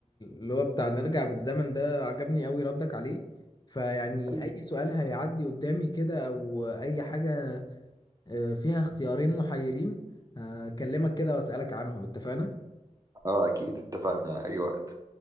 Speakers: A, on the left (about 30°); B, on the right (about 25°).
A: اللي هو بتاع نرجع بالزمن ده عجبني قوي ردك عليه فيعني
B: حبيبي
A: اي سؤال هيعدي قدامي كده او اي حاجه آه، فيها اختيارين محيرين هكلمك كده واسالك عنهم اتفقنا
B: اه اكيد اتفقنا اي وقت